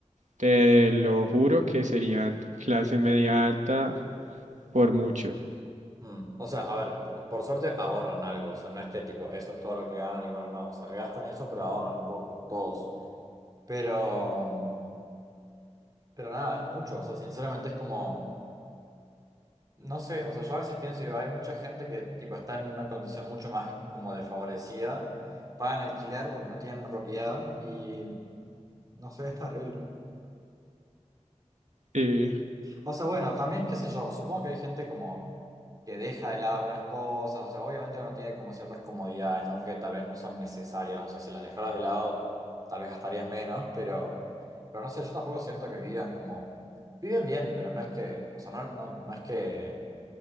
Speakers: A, on the right; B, on the right.
A: te lo juro que serían <laughs> clase media alta por mucho.
B: Mm, O sea, a ver, por por suerte ahorran algo, o sea, no es que tipo, eso es todo lo que ganan y bueno, no, o sea, gastan eso, pero ahorran un poco, todos. Pero, pero nada, es mucho, o sea, sinceramente es como... No sé, o sea, yo a veces pienso, digo, hay mucha gente que tipo está en una condición mucho más como desfavorecida, pagan alquiler porque no tienen una propiedad y no sé, es terrible.
A: Sí,
B: O sea, bueno, también, qué sé yo, supongo que hay gente como que deja de lado algunas cosas, o sea, obviamente uno tiene como ciertas comodidades, ¿no? Que tal vez no son necesarias, o sea, si las dejaras de lado, tal vez gastarías menos, pero, pero no sé, yo tampoco siento que vivan como, viven bien, pero no es que, o sea, no, no, no es que,